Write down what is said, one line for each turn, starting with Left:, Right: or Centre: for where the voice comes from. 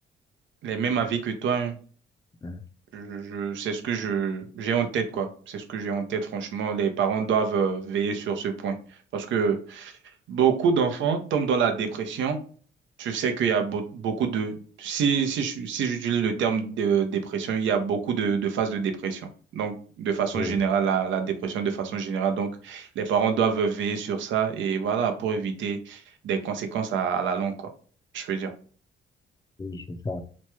Right: les mêmes avis que toi. hein.
Left: Hein,
Right: Je, je- c'est ce que je, j'ai en tête, quoi. C'est ce que j'ai en tête, franchement. Les parents doivent euh, veiller sur ce point. Parce que beaucoup d'enfants tombent dans la dépression Tu sais qu'il y a beau- beaucoup de... Si, si, je- si j'utilise le terme de dépression, il y a beaucoup de, de phases de dépression. Donc, de façon
Left: Oui,
Right: générale, la, la dépression de façon générale. Donc, les parents doivent veiller sur ça et voilà, pour éviter des conséquences à, à la longue, quoi. Je veux dire.
Left: oui, c'est ça.